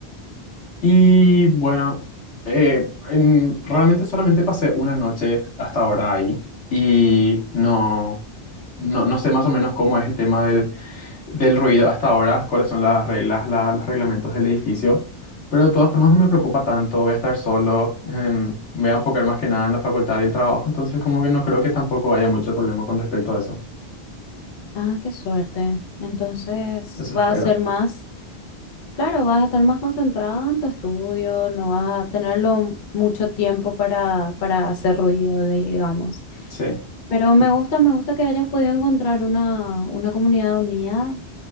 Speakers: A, on the left; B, on the left.
A: Y bueno, eh, en- realmente solamente pasé una noche hasta ahora ahí y no, no, no sé más o menos cómo es el tema del, del ruido hasta ahora, cuáles son las reglas, la- los reglamentos del edificio, pero de todas formas no me preocupa tanto, voy a estar solo, em, me voy a enfocar más que nada en la facultad y el trabajo, entonces como que no creo que tampoco haya mucho problema con respecto a eso,
B: Ah, qué suerte. Entonces,
A: eso
B: va
A: espero.
B: a ser más. Claro, vas a estar más concentrada en tu estudio, no vas a tenerlo mucho tiempo para, para hacer ruido, digamos.
A: Sí.
B: Pero me gusta, me gusta que hayas podido encontrar una, una comunidad unida,